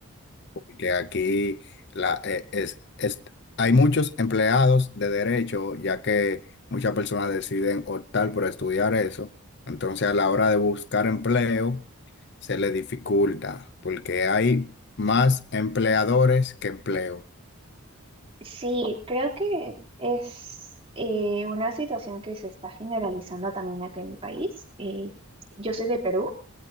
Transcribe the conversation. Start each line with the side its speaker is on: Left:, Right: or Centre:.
Left: porque aquí la, eh, es, es- hay muchos empleados de derecho, ya que muchas personas deciden optar por estudiar eso. Entonces, a la hora de buscar empleo, se le dificulta, porque hay más empleadores que empleo,
Right: Sí, creo que es eh, una situación que se está generalizando también aquí en mi país. Eh, yo soy de Perú